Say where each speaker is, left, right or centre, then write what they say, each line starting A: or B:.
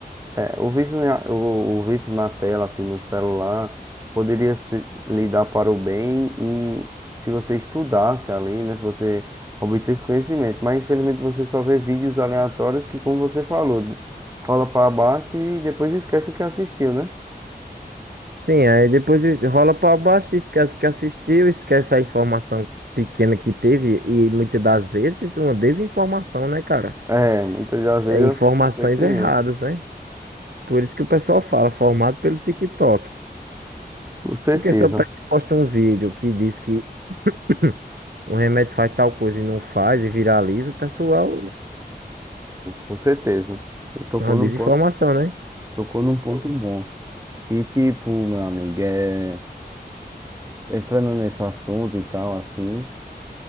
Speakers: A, on the right (about 20°); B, on the right (about 70°).
A: É, o vício, na- o, o vício na tela, assim, no celular, poderia se, lhe dar para o bem em- se você estudasse ali, né? Se você obtesse conhecimento. Mas, infelizmente, você só vê vídeos aleatórios que, como você falou, rola para baixo e depois esquece o que assistiu, né?
B: Sim, aí depois es- rola pra baixo, esquece que assistiu, esquece a informação pequena que teve e muitas das vezes uma desinformação, né, cara?
A: É, muitas das vezes
B: É informações
A: foi que nem
B: erradas,
A: eu.
B: né? Por isso que o pessoal fala, formado pelo TikTok.
A: Com certeza,
B: Porque se eu pego e posto um vídeo que diz que <clears throat> um remédio faz tal coisa e não faz e viraliza, o pessoal
A: com certeza. Você tocou
B: é uma
A: num
B: desinformação,
A: ponto,
B: né?
A: tocou num ponto bom. E, tipo, meu amigo, é, entrando nesse assunto e tal, assim.